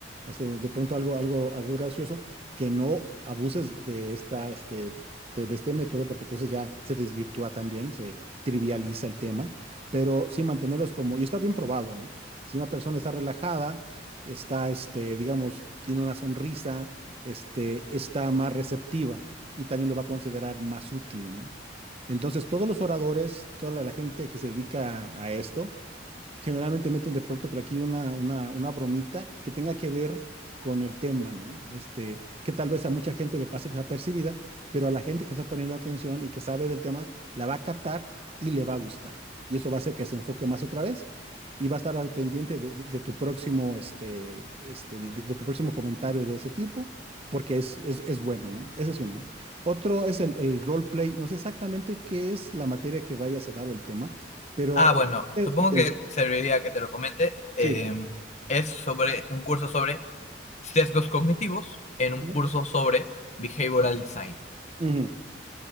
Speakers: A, on the right; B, on the left.
A: Este, de pronto algo, algo, algo gracioso, que no abuses de esta, este, de de este método, porque entonces ya se desvirtúa también, se trivializa el tema pero sí mantenerlos como, y está bien probado, ¿eh? Si una persona está relajada, está, este, digamos, tiene una sonrisa, este, está más receptiva y también lo va a considerar más útil, ¿no? Entonces, todos los oradores, toda la, la gente que se dedica a esto, generalmente meten de pronto por aquí una, una, una bromita que tenga que ver con el tema, ¿no? Este, que tal vez a mucha gente le pase desapercibida, pero a la gente que está poniendo atención y que sabe del tema, la va a captar y le va a gustar y eso va a hacer que se enfoque más otra vez y va a estar al pendiente de, de- de tu próximo, este, este, de, de- de tu próximo comentario de ese tipo, porque es, es, es bueno, ¿no? Ese es uno. Otro es el, el roleplay. No sé exactamente qué es la materia que vayas a dar o el tema, pero...
B: Ah, bueno,
A: eh,
B: supongo
A: del-
B: que serviría que te lo comente. Eh,
A: sí.
B: es sobre un curso sobre sesgos cognitivos en un
A: Ujú.
B: curso sobre behavioral design.
A: Ujú.